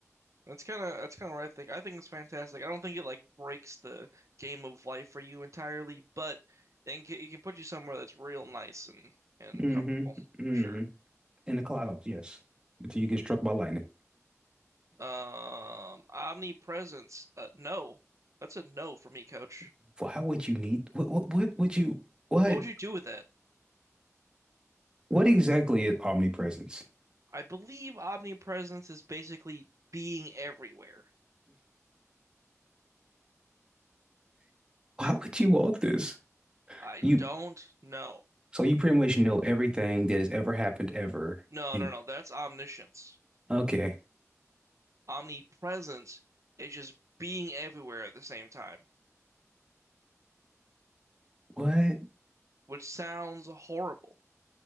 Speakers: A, on the right; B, on the right.
A: that's kind of that's kind of what I think. I think it's fantastic. I don't think it like breaks the game of life for you entirely, but it can, it can put you somewhere that's real nice and and
B: hmm
A: comfortable
B: hmm
A: for sure.
B: In the clouds, yes. Until you get struck by lightning.
A: Um, omnipresence. Uh, no, that's a no for me, coach.
B: <laughs> Why would you need? What? What? What would you? What?
A: What would you do with that?
B: What exactly is omnipresence?
A: I believe omnipresence is basically being everywhere.
B: Why would you want this?
A: I
B: You.
A: don't know.
B: So you pretty much know everything that has ever happened ever.
A: No,
B: And
A: no, no. That's omniscience.
B: okay,
A: Omnipresence is just being everywhere at the same time,
B: what?
A: which sounds horrible.